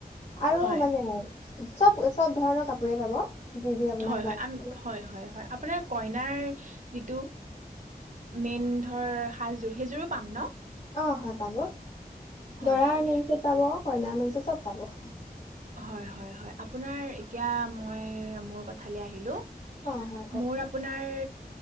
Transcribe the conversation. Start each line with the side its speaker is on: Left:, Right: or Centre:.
Left: আৰু
Right: হয়
Left: মানে চব চব ধৰণৰ কাপোৰ কাপোৰে পাব যি যি আপোনাক
Right: হয় হয়
Left: লাগে
Right: আম হয় হয় হয় আপোনাৰ কইনাৰ যিটো, মেইন ধৰ সাজযোৰ সেইযোৰো পাম ন।
Left: অ হয় পাব।
Right: হয়
Left: দৰাৰ
Right: হয়
Left: মেইনচেট পাব কইনাৰ মেইনচেট, চব পাব।
Right: হয় হয় হয়, আপোনাৰ এতিয়া মই মোৰ কথাল আহিলো।
Left: অঁ হয় কওকচোন
Right: মোৰ আপোনাৰ,